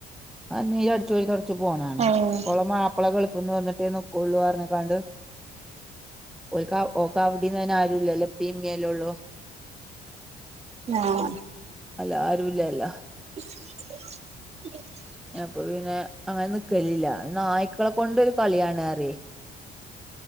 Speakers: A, in the centre; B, on the right.
A: ആ നീര അടിച്ചൂരി തുടച്ചുപോന്നകാണാം
B: ഏഹ്
A: കൊള മാ പ്പള ഗൾഫിന്ന് വന്നിട്ടേ നിക്കുള്ളൂ റ്ഞ്ഞ് കാണ്ട് ഓൽക്കാ ഓക്ക് അവിടിം തന്നെ ആ രൂല്ലല്ലെ ഇപ്പിം ഇമ്മിം അല്ലേ ള്ളൂ
B: ആഹ
A: അല്ല ആരുല്ലല്ല
B: <unintelligible>
A: പ്പം ഓല് പിന്നെ അങ്ങനെ നിക്കലില്ല നായ്ക്കളെ കൊണ്ടൊരു കളിയാണ് അറി